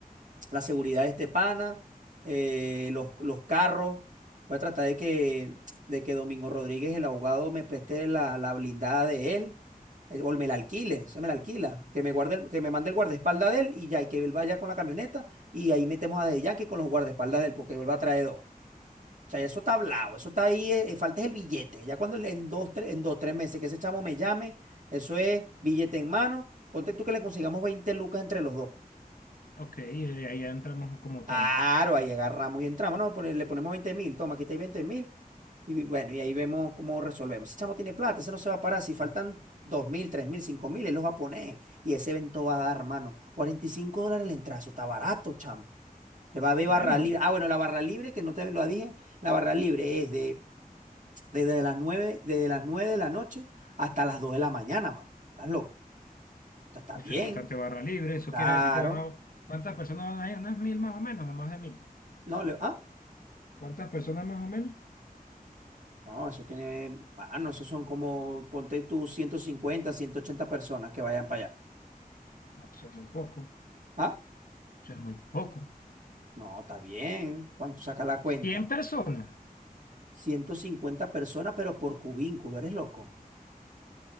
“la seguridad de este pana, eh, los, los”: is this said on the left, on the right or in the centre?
Right